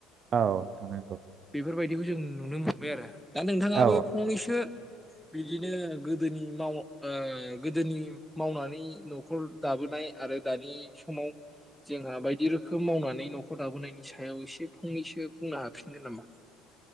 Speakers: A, on the right (about 45°); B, in the centre.
A: औ नोंथां नंगौ।
B: बेफोरबायदिखौ जों नुनो मोनबाय आरो। दा नोंथाङाबो
A: औ
B: थो बिदिनो गोदोनि माव ओ गोदोनि मावनानै न'खर दाबोनाय आरो दानि समाव जोंहा बायदि रोखोम मावनानै न'खर दाबोनायनि सायाव एसे फंनैसो बुंनो हाफिननो नामा?